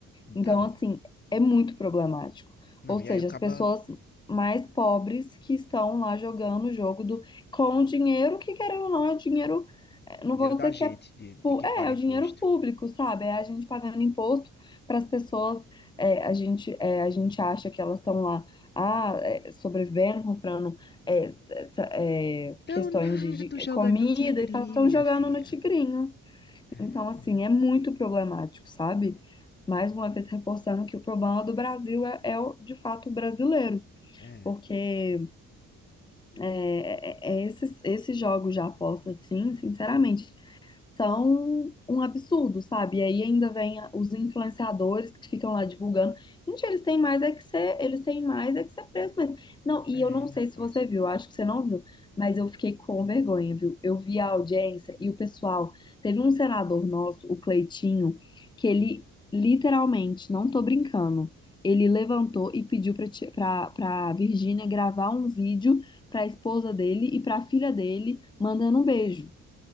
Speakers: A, on the left; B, on the left.
A: Então,
B: Então, assim, é muito problemático.
A: não,
B: Ou
A: e
B: seja,
A: aí o caba
B: as pessoas mais pobres que estão lá jogando o jogo do com dinheiro que, querendo ou não, é dinheiro. é, Não
A: dinheiro
B: vou dizer
A: da
B: que
A: gente,
B: é.
A: de, de
B: pu-
A: que
B: É,
A: paga
B: é o
A: imposto.
B: dinheiro público, sabe? É a gente pagando imposto para as pessoas. é, a gente, é, a gente acha que elas estão lá, ah, é, sobrevivendo, comprando é, essa- é,
A: Então
B: questões
A: nada,
B: de, de
A: tô jogando
B: comida
A: no tigrinho,
B: e tal, estão
A: minha
B: jogando
A: filha.
B: no tigrinho.
A: É,
B: Então, assim, é muito problemático, sabe? Mais uma vez reforçando que o problema do Brasil é, é o, de fato o brasileiro,
A: é,
B: porque é, é- é esses, esses jogos de aposta, assim, sinceramente são um absurdo, sabe? E aí ainda vem a- os influenciadores que ficam lá divulgando. Gente, eles têm mais é que ser, eles têm mais é que ser preso mesmo. Não, e
A: tem,
B: eu não sei
A: rapaz.
B: se você viu, acho que você não viu, mas eu fiquei com vergonha, viu? Eu vi a audiência e o pessoal, teve um senador nosso, o Cleitinho, que ele
A: Hum,
B: literalmente, não tô brincando, Ele levantou e pediu pra ti- pra para Virgínia gravar um vídeo pra esposa dele e pra filha dele mandando um beijo.